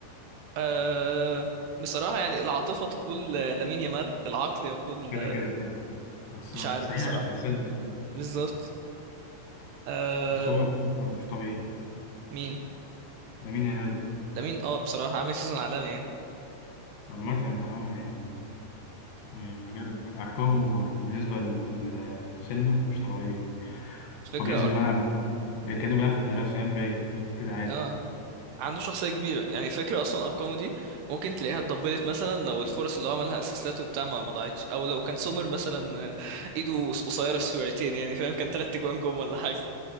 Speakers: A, on the right; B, on the left.
A: أه بصراحة يعني العاطفة تقول آه، لامين يامال العقل يقول
B: كده
A: آه،
B: كده بس
A: مش
B: هو
A: عارف
B: مستحيل
A: بصراحة
B: عشان السن
A: بالظبط أه
B: بس هو بصراحة مش طبيعي
A: مين
B: لامين يامال
A: لامين اه بصراحة عامل سيزون عالمي يعني
B: عامة اه يعني بجد أرقامه بالنسبة ل- لسنه مش طبيعية
A: الفكرة
B: هو بينزل
A: أر-
B: الملعب ده كانوا بقى في المدرسة فاهم رايق بينزل كده عادي
A: اه عنده شخصية كبيرة يعني فكرة أصلا أرقامه دي ممكن تلاقيها اتضبلت مثلا لو الفرص اللي هو عملها أسيستات وبتاع ما ما ضاعتش أو لو كان سومر مثلا آه، إيده قصيرة شويتين يعني فاهم كان تلات تجوان جم ولا حاجة